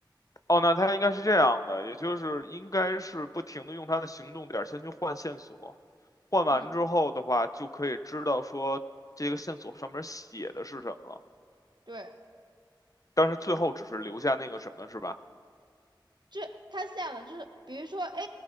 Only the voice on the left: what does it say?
哦，那他应该是这样的，也就是应该是不停的用他的行动点儿先去换线索，换完之后的话，
就可以知道说这个线索上面写的是什么了，
但是最后只是留下那个什么，是吧？